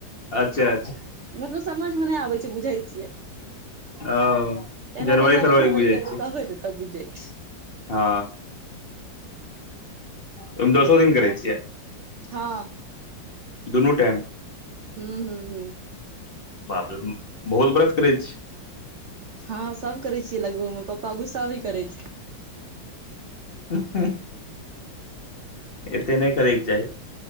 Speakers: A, on the left (about 35°); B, on the right (about 60°).
A: अच्छा अच्छा।
B: मतलब समझ में नै आबै छै। बुझै छियै
A: ओ
B: एना जनवरी फरवरी
A: बुझै
B: कैर कऽ
A: छियै
B: कहबै न तब बुइझ जाय छियै।
A: हँ। ओय मं दसो दिन करै छियै?
B: हँ।
A: दुनू टाइम?
B: हूं हूं हूं।
A: बाप रे बहुत व्रत करै छी।
B: हँ सब करै छियै लगभग म पप्पा गुस्सा भी करै छै।
A: हं-हं एते नै करैके चाही।